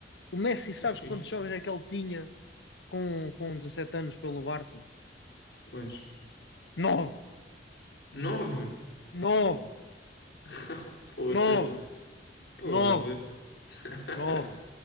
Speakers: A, on the left; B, on the left.
A: O Messi, sabes
B: <laughs>
A: quantos jogos é que ele tinha com, com 17 anos pelo Barça?
B: Quantos?
A: Nove!
B: Nove!
A: Nove!
B: <laughs> Poças,
A: Nove,
B: poça.
A: nove,
B: <laughs>
A: nove,